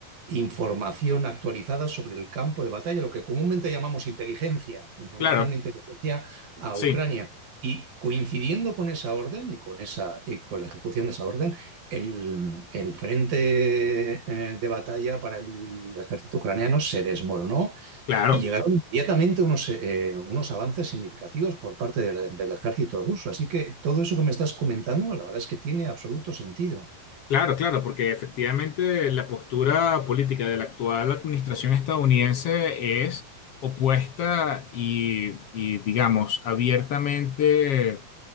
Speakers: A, on the right; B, on the left.
A: información actualizada sobre el campo de batalla, lo que comúnmente llamamos inteligencia, información
B: claro,
A: de inteligencia a
B: sí,
A: Ucrania. Y coincidiendo con esa orden y con esa, y con la ejecución de esa orden, el, el frente eh, de batalla para el ejército ucraniano se desmoronó
B: claro,
A: y llegaron inmediatamente unos, eh, unos avances significativos por parte de la- del ejército ruso. Así que todo eso que me estás comentando, la verdad es que tiene absoluto sentido.
B: claro, claro, porque efectivamente la postura política de la actual administración estadounidense es opuesta y, y digamos, abiertamente